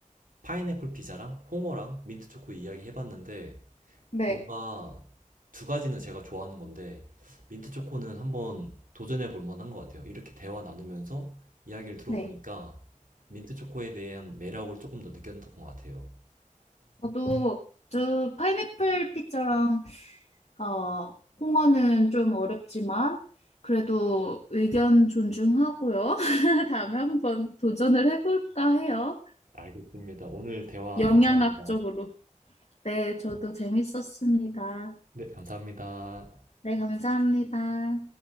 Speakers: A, on the right; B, on the left.
A: 파인애플 피자랑 홍어랑 민트 초코 이야기 해봤는데
B: 네,
A: 뭔가 두 가지는 제가 좋아하는 건데 민트 초코는 한번 도전해 볼 만한 것 같아요. 이렇게 대화 나누면서 이야기를 들어보니까
B: 네.
A: 민트 초코에 대한 매력을 조금 더 느꼈던 것 같아요.
B: 저도 저 파인애플 피자랑 어, 홍어는 좀 어렵지만 그래도 의견 존중하고요. <laughs> 다음에 한번 도전을 해볼까 해요.
A: 알겠습니다. 오늘 대화
B: 영양학
A: 감사합니다.
B: 적으로. 네, 저도 재밌었습니다.
A: 네, 감사합니다.
B: 네, 감사합니다.